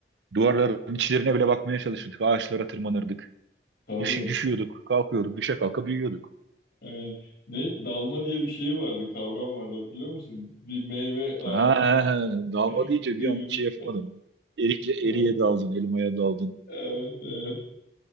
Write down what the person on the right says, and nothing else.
Duvarların içlerine bile bakmaya çalışırdık. Ağaçlara tırmanırdık.
Düş- düşüyorduk, kalkıyorduk, düşe kalka büyüyorduk.
Ha, he, he. Dalma
deyince
bir an şey yapamadım. Erikle
eriye daldın, elmaya daldın.